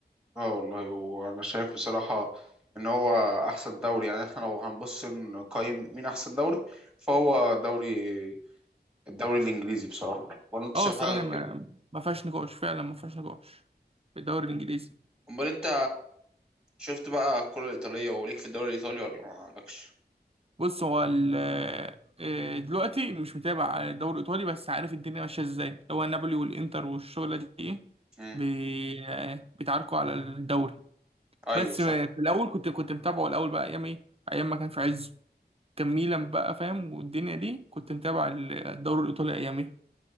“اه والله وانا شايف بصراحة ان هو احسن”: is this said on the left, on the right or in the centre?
Centre